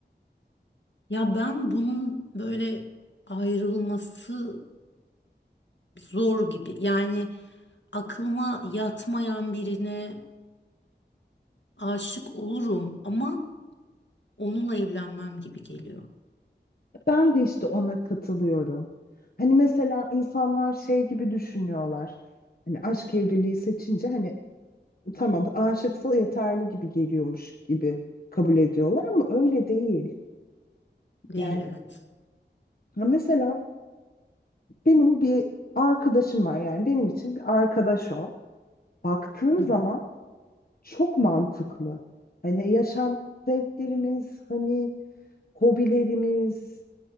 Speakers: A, on the left; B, on the left.
A: Ya ben bunun böyle ayrılması zor gibi yani aklıma yatmayan birine aşık olurum ama onunla evlenmem gibi geliyor.
B: Ben de işte ona katılıyorum. Hani mesela insanlar şey gibi düşünüyorlar. Hani aşk evliliği seçince hani tamam aşıksa yeterli gibi geliyormuş gibi kabul ediyorlar ama öyle değil.
A: Değil
B: Yani
A: evet.
B: ha mesela Benim bir arkadaşım var yani benim için bir arkadaş o. Baktığın
A: Hı.
B: zaman çok mantıklı. Hani yaşam zevklerimiz, hani hobilerimiz,